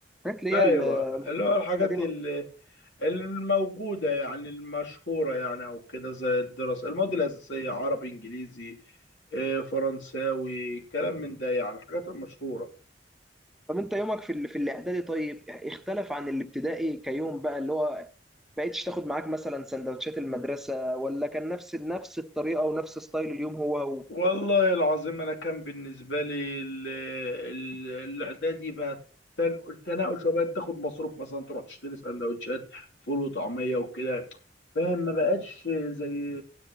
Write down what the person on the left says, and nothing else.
ايوه
اللي هو
الحاجات
ال-
الموجودة يعني المشهورة يعني او كده زي الدراسة المواد الأساسية عربي انجليزي آه، فرنساوي كلام من ده يعني الحاجات المشهورة
والله العظيم انا كان بالنسبه لي ال- ال- الاعدادي بقى تنقل تناقل شويه بقت تاخد مصروف مثلا تروح تشتري سندوتشات فول وطعميه وكده فاهم ما بقتش زي